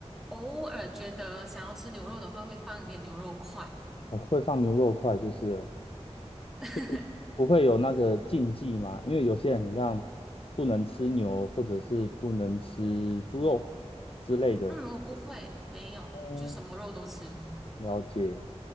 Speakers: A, in the centre; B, on the left.
A: 偶尔觉得想要吃牛肉的话，会放一点牛肉块。
B: 我会放牛肉块，就是了
A: <laughs>
B: 所以不会有那个禁忌吗？因为有些人很像不能吃牛，或者是不能吃猪肉之类的。
A: 嗯，我不会，没有，
B: 哦，
A: 就什么肉都吃。
B: 了解。